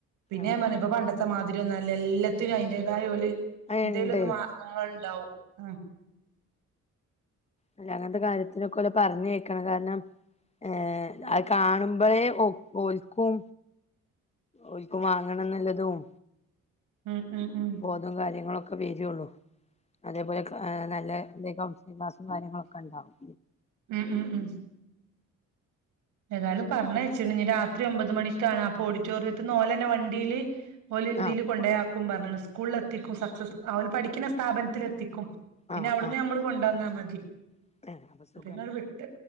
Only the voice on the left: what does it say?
ആഹ്
ആഹ്
അത്
ഇണ്ട്
അല്ല അങ്ങനത്തെ കാര്യത്തിനൊക്കെ ഓലെ പറഞ്ഞേക്കണം കാരണം ഏഹ്
അത് കാണുമ്പോഴേ ഓ ഓൽക്കും ഓൽക്കും വാങ്ങണന്നുള്ളതും
ബോധം കാര്യങ്ങളെ ഒക്കെ വരു ഒള്ളു അതേപോലെ നല്ല എന്തക്ക കാര്യങ്ങളൊക്കെ ഇണ്ടാകും
ആഹ്
ആഹ്
ആഹ് അപ്പൊ സുഖണ്ടല്ലോ